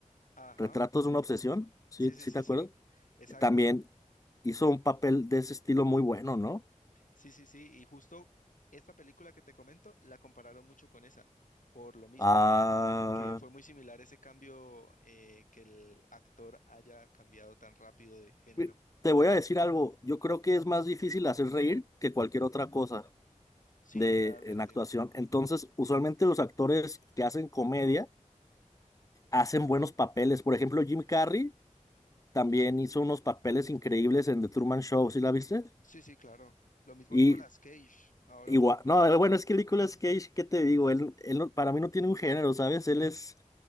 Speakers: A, on the left; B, on the left.
A: Ajá,
B: Retratos de una obsesión. Sí,
A: sí, sí,
B: sí
A: sí,
B: te acuerdas.
A: sí, exacto.
B: También hizo un papel de ese estilo muy bueno, ¿no?
A: Sí, sí, sí, y justo esta película que te comento la compararon mucho con esa, por lo mismo,
B: Ah.
A: eh, que fue muy similar ese cambio eh, que el actor haya cambiado tan rápido de género.
B: Mi- Te voy a decir algo, yo creo que es más difícil hacer reír que cualquier otra cosa
A: Sí,
B: de
A: realmente.
B: en actuación. Entonces, usualmente los actores que hacen comedia hacen buenos papeles. Por ejemplo, Jim Carrey también hizo unos papeles increíbles en The Truman Show, ¿sí la viste?
A: Sí, sí, claro. Lo mismo
B: Y
A: Nicolas Cage. Ahora
B: igual,
A: último
B: no,
A: sacó
B: bueno,
A: uno.
B: es que Nicolas Cage, ¿qué te digo? Él, él no- para mí no tiene un género, ¿sabes? Él es,